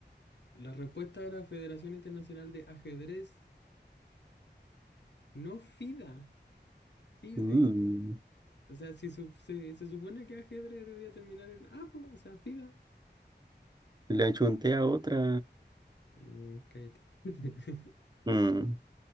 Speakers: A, on the left; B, on the right.
A: La respuesta era Federación Internacional de Ajedrez, no FIDA, FIDE.
B: Uh,
A: O sea, si su- se, se supone que ajedrez debería terminar en A, po, o sea, FIDA.
B: le achunté a otra.
A: Mm, cállate. <laughs>
B: Mm.